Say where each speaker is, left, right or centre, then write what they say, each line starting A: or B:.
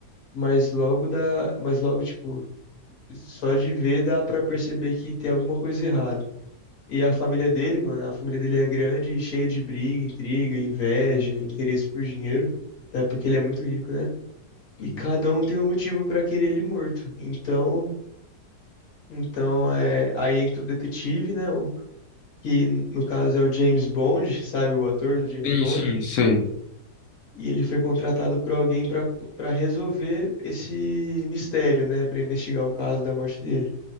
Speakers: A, on the left; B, on the left.
A: mas logo dá, mas logo tipo, só de ver dá pra perceber que tem alguma coisa errada. E a família dele, mano, a família dele é grande, e cheia de briga, intriga, inveja, interesse por dinheiro, né? Porque ele é muito rico, né?
B: Sim,
A: E cada um tem um motivo pra querer ele morto. Então, então é, aí entra o detetive, né? O, que no caso é o James Bond, sabe? O ator do James
B: sim,
A: Bond.
B: sim, sei.
A: E ele foi contratado por alguém para para resolver esse mistério, né? Para investigar o caso da morte dele.